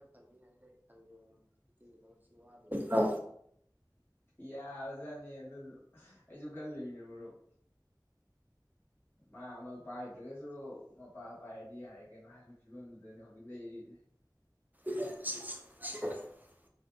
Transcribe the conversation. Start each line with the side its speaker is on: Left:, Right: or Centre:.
Right: <unintelligible> <unintelligible>
Left: ꯌꯥ ꯑꯣꯖꯥꯅꯤ ꯑꯗꯨꯁꯨ ꯑꯩꯁꯨ ꯈꯜꯂꯤꯕꯅꯦ ꯃꯔꯨꯞ ꯃꯥ ꯑꯃ ꯄꯥꯏꯗ꯭ꯔꯒꯁꯨ ꯃꯄꯥ ꯄꯥꯏꯔꯗꯤ ꯌꯥꯔꯦ ꯀꯩꯅꯣ ꯍꯥꯏꯕꯒꯤ ꯐꯤꯕꯝꯗꯨꯗꯅꯦ ꯍꯧꯖꯤꯛ ꯂꯩꯔꯤꯁꯦ
Right: <inaudible>